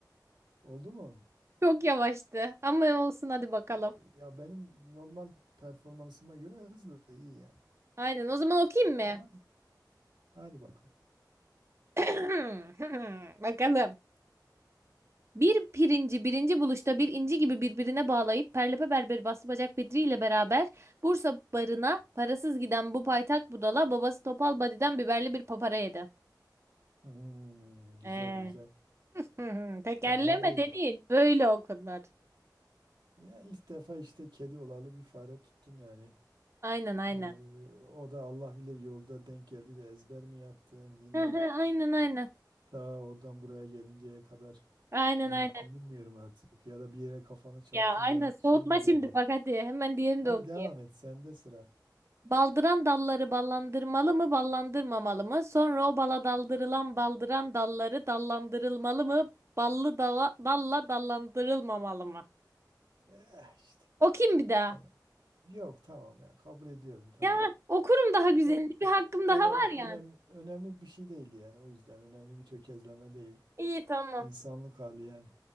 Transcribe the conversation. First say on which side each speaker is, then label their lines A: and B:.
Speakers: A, on the right (about 85°); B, on the right (about 40°).
A: Oldu mu?
B: Çok yavaştı. Ama olsun hadi bakalım.
A: Oo, Ya benim normal performansıma göre hızlı iyi
B: Aynen o zaman okuyayım mı?
A: yani. Hadi bakalım.
B: <clears throat> Bakalım. Bir pirinci birinci buluşta bir inci gibi birbirine bağlayıp Perlepe Berberi Bastı Bacak Bedri ile beraber Bursa barına parasız giden bu paytak budala babası Topal Badi'den biberli bir papara yedi.
A: Hmm, güzel
B: Ee,
A: güzel.
B: hı hı, tekerleme
A: Fena değil.
B: dediğin böyle okunur.
A: Ya ilk defa işte kedi olalı bir fare tuttun yani.
B: Aynen aynen.
A: Ee, o da Allah bilir yolda denk geldi de ezber mi yaptın yine
B: Hı hı, Aynen aynen.
A: ta oradan buraya gelinceye kadar
B: Aynen
A: ne yaptın
B: aynen.
A: bilmiyorum artık. Ya da bir yere kafanı çarptın
B: Ya aynen
A: da
B: soğutma
A: şey mi geldi?
B: şimdi bak hadi hemen diğerini
A: Hadi
B: de okuyayım.
A: devam et sende sıra.
B: Baldıran dalları ballandırmalı mı, ballandırmamalı mı? Sonra o bala daldırılan baldıran dalları dallandırılmalı mı? Ballı dala, dalla dallandırılmamalı mı?
A: Eh işte.
B: Okuyayım bir daha.
A: Yani yok tamam ya kabul ediyorum tamam.
B: Ya okurum daha güzelini.
A: Yok
B: Bir hakkım
A: önem
B: daha var
A: önem
B: yani.
A: önemli bir şey değildi yani o yüzden önemli bir tökezleme değil.
B: İyi tamam.
A: İnsanlık hali yani.